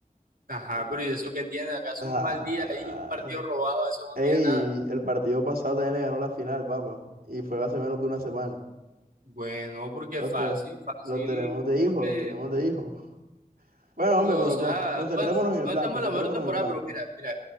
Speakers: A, on the right; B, on the right.
A: Ajá,
B: <laughs>
A: pero ¿y eso qué tiene? ¿Acaso
B: Ah,
A: un mal día ahí, un partido robado, eso no
B: ey,
A: tiene nada?
B: el partido pasado también le ganó la final, papá, y fue hace menos de una semana.
A: Bueno, porque
B: Los,
A: fácil,
B: te-
A: fácil,
B: los tenemos de
A: pues,
B: hijo,
A: porque,
B: los tenemos de hijo. Bueno,
A: o
B: hombre, pero
A: sea,
B: con- concentrémonos
A: bueno,
B: en el
A: no
B: plan,
A: estamos
B: concentrémonos
A: en la mejor temporada,
B: en el plan.
A: pero mira, mira,